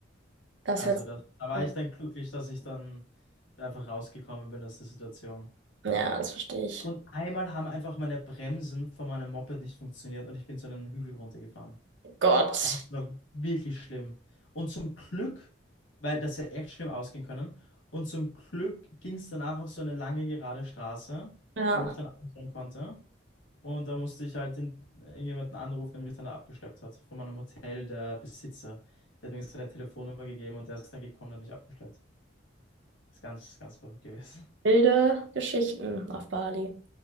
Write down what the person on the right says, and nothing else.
Das
hört sich
an.
ja, das verstehe ich.
Gott.
Ja.
Wilde Geschichten auf Bali.